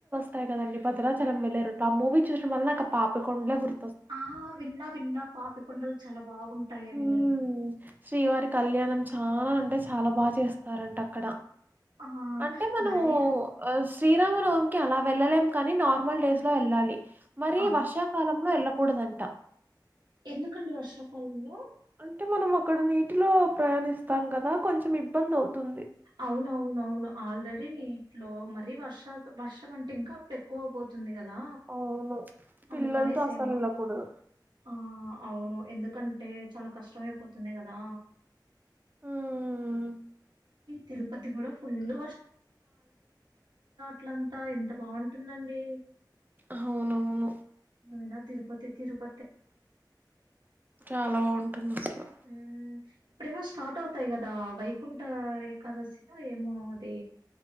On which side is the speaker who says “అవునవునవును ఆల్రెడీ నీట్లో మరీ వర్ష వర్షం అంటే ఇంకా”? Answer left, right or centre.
Right